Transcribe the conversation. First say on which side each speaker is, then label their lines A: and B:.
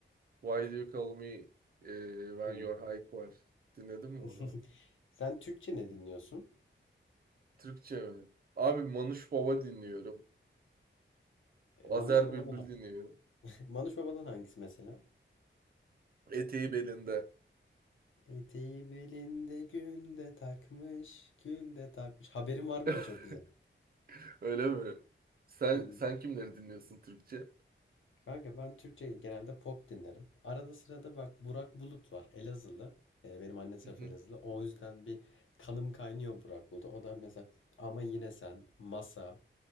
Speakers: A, on the right; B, on the left.
A: Why do you call me eh, when
B: Hmm.
A: you're high var. Dinledin mi
B: <laughs>
A: onu?
B: Sen Türkçe ne dinliyorsun?
A: Türkçe mi? Abi Manuş Baba dinliyorum.
B: E,
A: Azer
B: Manuş Baba'dan
A: Bülbül dinliyorum.
B: <laughs> Manuş Baba'dan hangisi mesela?
A: Eteği belinde.
B: Eteği belinde gül de takmış, gül de takmış. Haberin var mı
A: <laughs>
B: da çok güzel.
A: Öyle mi? Sen
B: Hmm.
A: sen kimleri dinliyorsun Türkçe?
B: Kanka ben Türkçe genelde pop dinlerim. Arada sırada bak Burak Bulut var. Elazığlı. Ee, benim anne tarafı
A: Hı hı.
B: Elazığlı. O yüzden bir kanım kaynıyor Burak Bulut'a. O da mesela Ama Yine Sen, Masa